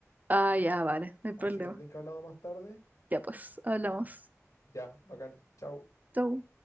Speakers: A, on the right; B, on the left.
A: Ah, ya, vale, no hay problema.
B: Así que te tengo que hablar más tarde.
A: Ya pues, hablamos.
B: Ya, bacán. Chao.
A: Chau.